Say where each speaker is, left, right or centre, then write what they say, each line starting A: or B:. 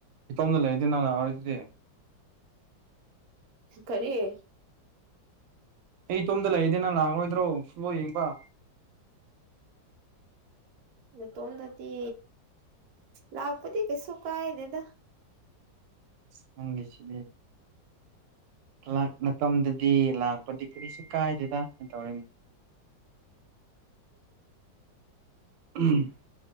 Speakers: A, on the right; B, on the right.
A: ꯏꯇꯣꯝꯅ ꯂꯩꯔꯗ ꯅꯍ ꯂꯛꯑꯣꯔꯗꯨꯗꯤ
B: ꯈꯔꯤꯌꯦ
A: ꯑꯩ ꯏꯇꯣꯝꯗ ꯂꯩꯔꯗꯤꯅ ꯂꯥꯛꯔꯣꯏꯗ꯭ꯔꯣ ꯐꯨꯠꯕꯣꯜ ꯌꯦꯡꯕ
B: ꯅꯇꯣꯝꯗꯗꯤ ꯂꯥꯛꯄꯗꯤ ꯀꯩꯁꯨ ꯀꯥꯏꯗꯗ
A: ꯅꯪꯒꯦꯁꯤ ꯂꯩ ꯂꯥꯛ ꯃꯇꯝꯗꯗꯤ ꯂꯥꯛꯄꯗꯤ ꯀꯔꯤꯁꯨ ꯀꯥꯏꯗꯦꯗ ꯀ ꯇꯧꯔꯤꯅꯦ <unintelligible> <inaudible> ꯎꯝ